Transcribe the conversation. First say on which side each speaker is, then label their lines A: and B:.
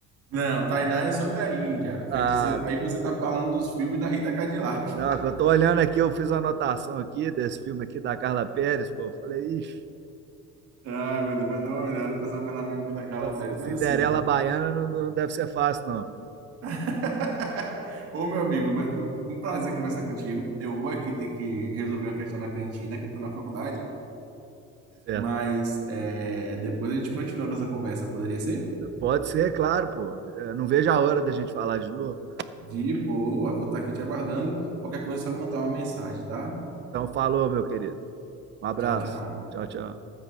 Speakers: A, on the right; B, on the right.
A: Não, Tainá é sobre a Índia. Feiticeiro.
B: Ah,
A: Aí você tá falando dos filmes da Rita Cadillac.
B: não, eu tô olhando aqui, eu fiz uma anotação aqui desse filme aqui da Carla Pérez, pô. Eu falei, ixi,
A: Ai, meu Deus, vai dar uma olhada, o pessoal vai lá ver o filme da Carla
B: tá Cinderela
A: Pérez. Mas assim.
B: Baiana não, não deve ser fácil, não.
A: <laughs> Ô, meu amigo, mas foi um prazer conversar contigo. Eu vou aqui ter que resolver uma questão na cantina, que eu tô na faculdade.
B: Certo.
A: Mas é, depois a gente continua a nossa conversa, poderia ser?
B: Pode ser, claro, pô. Eu não vejo a hora da gente falar de novo.
A: De boa, vou estar aqui te aguardando. Qualquer coisa, é só me mandar uma mensagem, tá?
B: Então, falou, meu querido. Um abraço.
A: Tchau, tchau.
B: Tchau, tchau.